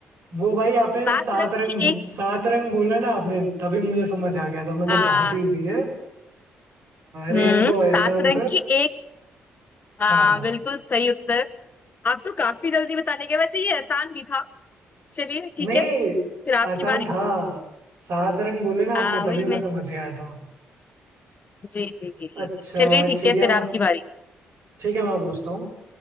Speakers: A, on the right; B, on the left.
A: वो भाई आपने
B: सात
A: सात
B: रंग
A: रंग
B: की एक
A: सात रंग बोला ना आपने तभी मुझे समझ आ गया था मतलब
B: आ,
A: बहुत ही इजी है रेनबो
B: हम्म
A: है
B: सात
A: इसका आंसर
B: रंग की एक आ,
A: हाँ
B: बिल्कुल सही उत्तर आप तो काफी जल्दी बता लेंगे वैसे ये आसान भी था चलिए ठीक
A: नहीं
B: है फिर आपकी
A: आसान
B: बारी
A: था सात रंग बोले ना आपने
B: हाँ
A: तभी
B: वही मैं
A: मैं समझ गया था
B: जी जी जी जी
A: अच्छा
B: जी। चलिए ठीक
A: ठीक
B: है
A: है
B: फिर आपकी बारी
A: ठीक है मैं पूछता हूँ